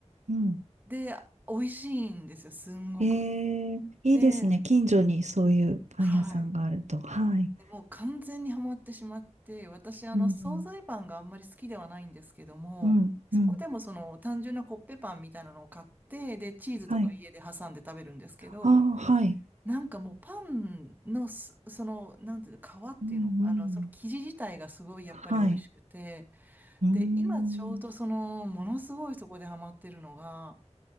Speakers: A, on the right (about 85°); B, on the right (about 15°).
A: うん
B: で、美味しいんですよ、すんごく。
A: ええいいですね。
B: で、
A: 近所にそういうパン屋さんがあると。
B: はい。
A: はい。
B: でもう完全にハマってしまって、私、あの、
A: うん、
B: 惣菜パンがあんまり好きではないんですけども、
A: うん、
B: そこでもその単純なコッペパンみたいなのを買って、
A: うん。
B: で、チーズとか家で挟んで食べるんですけど、
A: はい。ああ、はい。
B: なんかもうパンのす、その、なんていうの、皮っていうのあの、
A: うん、うん。
B: その生地自体がすごいやっぱり美味しくて、
A: はい。うーん。
B: で、今ちょうどその、ものすごいそこでハマってるのが、